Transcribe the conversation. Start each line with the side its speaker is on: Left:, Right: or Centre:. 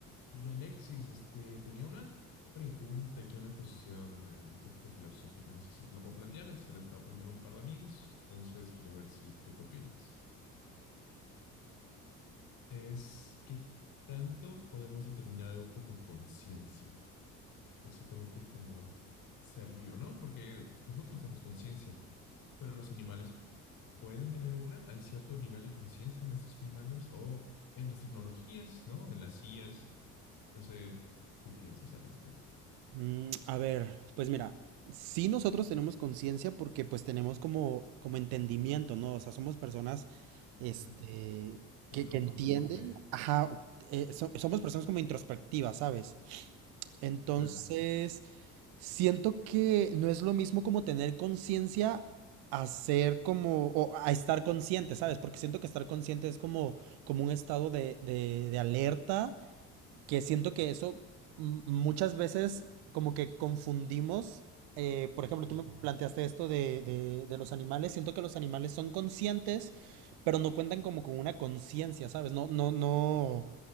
Left: Y Alexis, este, tenía una pregunta aquí, una cuestión eh, un poquito filosófica, no sé si te la puedo plantear, se la he estado planteando a un par de amigos, entonces quería ver si tú qué opinas. Es qué tanto podemos determinar algo como conciencia, exactamente como ser vivo, ¿no? Porque nosotros tenemos conciencia, pero los animales pueden tener una, hay cierto nivel de conciencia en estos animales o en las tecnologías, ¿no? En las sillas, no sé qué piensas al respecto.
Right: Mm, a ver, pues mira, sí nosotros tenemos conciencia porque pues tenemos como, como entendimiento, ¿no? O sea, somos personas, este,
Left: ¿Ah? Nos
Right: que,
Left: preguntamos
Right: que entienden,
Left: el por qué.
Right: ajá, eh, so- somos personas como introspectivas, ¿sabes? Entonces,
Left: Y Claro.
Right: siento que no es lo mismo como tener conciencia a ser como, o a estar consciente, ¿sabes? Porque siento que estar consciente es como, como un estado de, de de alerta que siento que eso mm, muchas veces como que confundimos, eh, por ejemplo,
Left: ok.
Right: tú me planteaste esto de, de, de los animales, siento que los animales son conscientes, pero no cuentan como con una conciencia, ¿sabes? No, no, no,